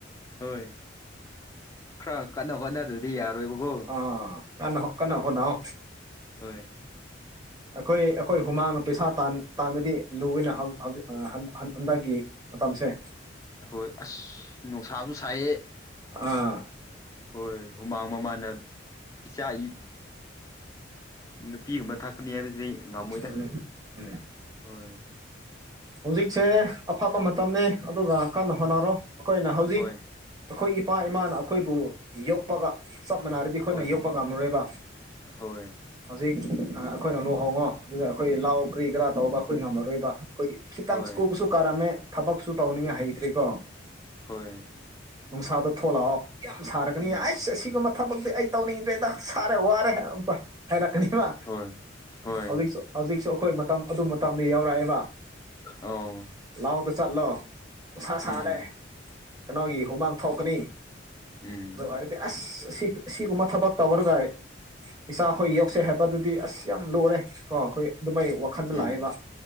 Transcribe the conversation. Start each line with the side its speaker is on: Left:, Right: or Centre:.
Left: ꯍꯣꯏ ꯈꯔ ꯀꯟꯅ ꯍꯣꯠꯅ ꯗꯨ ꯗꯤ ꯌꯥꯔꯣꯏꯕꯀꯣ
Right: ꯑꯥ ꯀꯟꯅ ꯀꯟꯅ ꯍꯣꯠꯅꯧ
Left: ꯍꯣꯏ
Right: ꯑꯩꯈꯣꯏ ꯑꯩꯈꯣꯏ ꯍꯨꯃꯥꯡꯅ ꯄꯩꯁꯥ ꯇꯥꯟꯕꯗꯤ ꯂꯨ ꯑꯣꯏꯅ ꯍꯧꯖꯤꯛ ꯍꯟꯗꯛꯀꯤ ꯃꯇꯝꯁꯦ
Left: ꯍꯣꯏ ꯑꯁ ꯅꯨꯡꯁꯥꯁꯨ ꯁꯥꯏꯌꯦ
Right: ꯑꯥ
Left: ꯍꯣꯏ ꯍꯨꯃꯥꯡ ꯃꯃꯥꯟꯅ ꯏꯆꯥꯏ ꯅꯨꯄꯤꯒꯨꯝꯕ ꯊꯛꯀꯅꯤ ꯍꯥꯏꯕꯁꯤꯗꯤ ꯑꯩ ꯉꯝꯃꯣꯏꯗ
Right: ꯎꯝ ꯎꯝ
Left: ꯍꯣꯏ
Right: ꯍꯧꯖꯤꯛꯁꯦ ꯑꯐꯕ ꯃꯇꯝꯅꯤ ꯑꯗꯨꯒ ꯀꯟꯅ ꯍꯣꯠꯅꯔꯣ ꯑꯩꯈꯣꯏꯅ ꯍꯧꯖꯤꯛ
Left: ꯍꯣꯏ
Right: ꯑꯩꯈꯣꯏ ꯏꯄꯥ ꯏꯃꯥꯅ ꯑꯩꯈꯣꯏꯕꯨ ꯌꯣꯛꯄꯒ ꯆꯞ ꯃꯥꯟꯅꯔꯗꯤ ꯑꯩꯈꯣꯏꯅ
Left: ꯍꯣꯏ
Right: ꯌꯣꯛꯄ ꯉꯝꯃꯔꯣꯏꯕ
Left: ꯍꯣꯏ
Right: ꯍꯧꯖꯤꯛ ꯑꯩꯈꯣꯏꯅ ꯂꯨꯍꯣꯡꯉꯣ ꯑꯗꯨꯗ ꯑꯩꯈꯣꯏ ꯂꯥꯎ ꯀ꯭ꯔꯤ ꯀꯔꯥ ꯇꯧꯕ ꯑꯩꯈꯣꯏ ꯉꯝꯃꯔꯣꯏꯕ ꯑꯩꯈꯣꯏ ꯈꯤꯇꯪ
Left: ꯍꯣꯏ
Right: ꯁꯀꯨꯕꯁꯨ ꯀꯥꯔꯝꯃꯦ ꯊꯕꯛꯁꯨ ꯇꯧꯅꯤꯡꯉꯥꯏ ꯍꯩꯇ꯭ꯔꯤꯀꯣ
Left: ꯍꯣꯏ
Right: ꯅꯨꯡꯁꯥꯗ ꯊꯣꯛꯂꯛꯑꯣ ꯌꯥꯝ ꯁꯥꯔꯒꯅꯤ
Left: ꯎꯝ
Right: ꯑꯩꯁ ꯑꯁꯤꯒꯨꯝ ꯊꯕꯛꯇꯤ ꯑꯩ ꯇꯧꯅꯤꯡꯗ꯭ꯔꯦꯗ ꯁꯥꯔꯦ ꯋꯥꯔꯦ ꯍꯥꯏꯔꯛꯀꯅꯤꯕ
Left: ꯍꯣꯏ ꯍꯣꯏ
Right: ꯍꯧꯖꯤꯛꯁꯨ ꯍꯧꯖꯤꯛꯁꯨ ꯑꯩꯈꯣꯏ ꯃꯇꯝ ꯑꯗꯨ ꯃꯇꯝꯗ ꯌꯥꯎꯔꯛꯑꯦꯕ
Left: ꯑꯣ
Right: ꯂꯥꯎꯗ ꯆꯠꯂꯣ ꯅꯨꯡꯁꯥ
Left: ꯎꯝ
Right: ꯁꯥꯔꯦ ꯀꯩꯅꯣꯒꯤ ꯍꯨꯃꯥꯡ ꯊꯣꯛꯀꯅꯤ
Left: ꯎꯝ
Right: ꯑ ꯍꯥꯏꯗꯤ ꯑꯁ ꯁꯤ ꯁꯤꯒꯨꯝꯕ ꯊꯕꯛ ꯇꯧꯈꯔꯒꯥꯏ ꯏꯆꯥ ꯑꯩꯈꯣꯏ ꯌꯣꯛꯁꯦ ꯍꯥꯏꯕ ꯑꯗꯨꯗꯤ ꯑꯁ ꯌꯥꯝ ꯂꯨꯔꯦ ꯀꯣ ꯑꯩꯈꯣꯏ ꯑꯗꯨꯃꯥꯏ ꯋꯥꯈꯜꯗ
Left: ꯎꯝ
Right: ꯂꯥꯛꯑꯦꯕ